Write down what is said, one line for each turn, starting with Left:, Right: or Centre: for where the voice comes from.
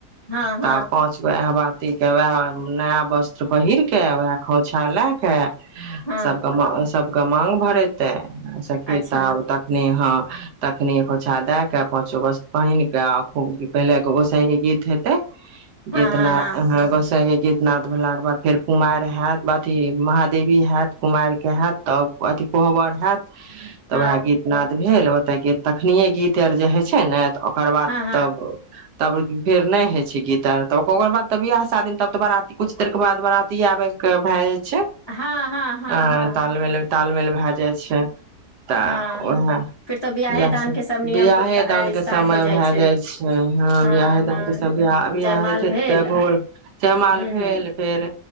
Left: हँ
Right: तऽ
Left: हँ
Right: पाँच गो अह बात प के वएह नया वस्त्र पहिर के वएह खोछा लए के
Left: हँ
Right: सबक म सब सबक मांग भरेतै सकेता
Left: अच्छा
Right: तखने ह तखनी एकोछा दए के पाचो वस्त्र पहिन के पहिले तऽ गोसाई के गीत हेते
Left: हँ
Right: जेतना
Left: हँ हँ
Right: अ गोसाय गीतनाद भेलाके बाद फेर कुमारि हेत अथी मह देवी हयत कुमारि के हयत तब अथी कोहबर हयत तब
Left: हँ
Right: वेह गीत नाद भेल ओते गत तखनिये गीत आर जे होइ छै ने ओकर बाद
Left: हँ हँ
Right: तब तब फेर नहि होइ छै गीत आर तऽ ओकर बाद तब बिआह शादी तब तऽ बारती कुछ देर के बाद बराती आबै के भए जाइ छै
Left: हँ हँ हँ
Right: अ
Left: हँ
Right: तालमेल तालमेल भए जाइ छै तऽ
Left: हँ
Right: उएह
Left: फिर तऽ बियाहे
Right: इएहसभ
Left: दान के सब नियम
Right: वियाहे दानके
Left: स्टार्ट
Right: समय
Left: हो
Right: भए
Left: छै
Right: जाइ छै ह
Left: हँ
Right: बियाहे
Left: हँ
Right: दानके समय बियाह
Left: जयमाल
Right: हो छै
Left: भेल
Right: तऽ भोर जयमाल
Left: हूँ
Right: भेल फेर